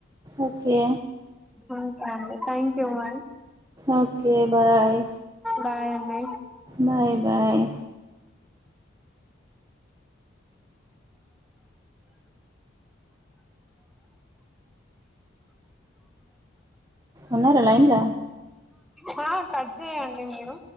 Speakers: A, on the right; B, in the centre.
A: ఓకే
B: ఉంటా అండి thank you bye
A: okay bye
B: bye అండి
A: బాయ్ బాయ్ ఉన్నర లైన్ల
B: హ కట్ చేయండి మీరు